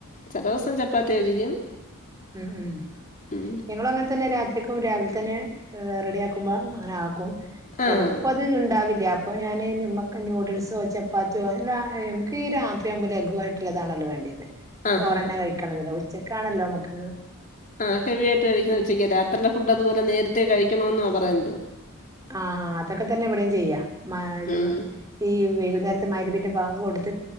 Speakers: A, on the left (about 35°); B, on the right (about 15°).
A: ചെലൂസം ചപ്പാത്തി കഴിക്കും
B: ഉം ഉം
A: ഉം
B: ഞങ്ങളും അങ്ങൻ തന്നെ രാത്രി ക്കും രാവിൽ തന്നെ റെഡിയാക്കുമ്പം അങ്ങനെ ആകും ചെലപ്പോ
A: ആഹ്
B: അത് ഇണ്ടാവില്ല ചെലപൊ ഞാന് നുമക്ക് ന്യൂഡിൽസോ ചപ്പാത്തിയോ <unintelligible> നമുക്ക് ഈ രാത്രിയാവ്മ്പോ ലഘുവായിട്ട്ള്ളതാണല്ലോ വാണ്ടിയത്
A: ആഹ്
B: ചോറന്നെ
A: ഹാ
B: കഴിക്കണന്നില്ല ഉച്ച ക്കാണല്ലോ അമക്ക്
A: ആ ഹെവി ആയിട്ട് കഴിക്കുന്ന ഉച്ചക്ക് രാത്രീലെ ഫുഡ് അതുപോലെ നേരത്തെ കഴി ക്കണോന്നാ പറയുന്നത്
B: ആ അതൊക്കെ തന്നെ ഇവടിം ചെയ്യാ <unintelligible>
A: ഉം
B: ഈ വൈകുന്നേര് മഗ്‌രിബിന്റെ ബാങ്ക് കൊട്ത്ത്